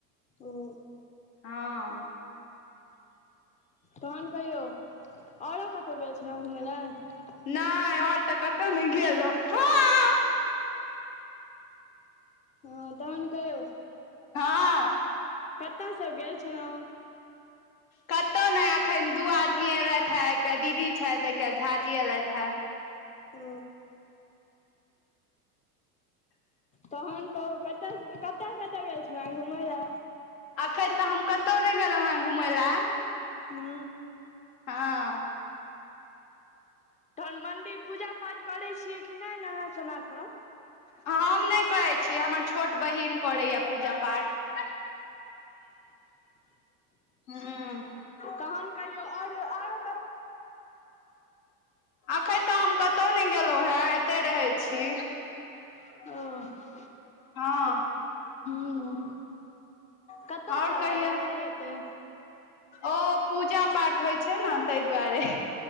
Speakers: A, on the left; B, on the left.
A: ओ
B: हँ
A: तहन कहियौ औरो कतहु गेल छलहुँ घूमय ल
B: नय और तऽ कतहु नइ गेल रहू हँ
A: हँ तहन कहियो
B: हँ
A: कतय सब गेल छलहु
B: कतहु नय एखन दू आदमी एलैथ हे एकटा दीदी छथि एकटा झाजी एयलैथ हे
A: ओ तखन कहू कतय कतय कतय गेल छलहु घुमय ल
B: एखन तऽ हम कतहु नइ गेलहुँ हे घूमैय ल
A: हू
B: हँ
A: तहन मन्दिर पूजा पाठ करैत छियै कि नै नहाँ सोना कऽ
B: हम नइ करैत छी हमर छोट बहिन करैए पूजा पाठ हूँ
A: तहन कहियौ आओर आओर
B: अखन तऽ हम कतहु ने गेलहु हे एते रहै छी
A: कि नहि
B: हँ
A: हू कतअ
B: आओर
A: स आवाज
B: कहियौ
A: आबि रहल य एते
B: ओ पूजा पाठ होइ छै न तइ दुआरे